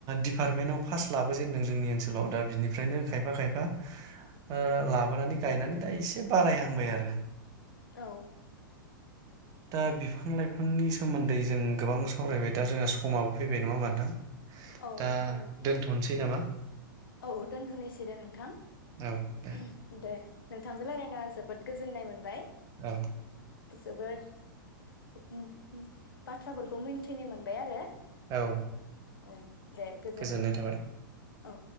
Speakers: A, on the right; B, on the left.
A: डिपार्टमेन्टआव फास्ट लाबोेजेनदों जोंनि ओनसोलाव दा बिनि ओमफ्रायनो खायफा खायफा ओ लाबोनानै गायनानै दा एसे बारायहांबाय आरो।
B: औ
A: दा बिफां लाइफांनि सोमोन्दै जों गोबां सावरायबाय दा जोंहा समाबो फैबाय नङा होनबा नोथां?
B: औ
A: दा दोनथ नोसै नामा?
B: औ दोनथ'नोसै दे नोंथां
A: औ दे
B: दे। नोंथांजों रायलायना जोबोद गोजोननाय मोनबाय
A: औ
B: जोबोद बाथ्राफोरखौ मिनथिनो मोनबाय आरो।
A: औ
B: औ दे गोजोन्थों
A: गोजोननाय थाबाय
B: औ।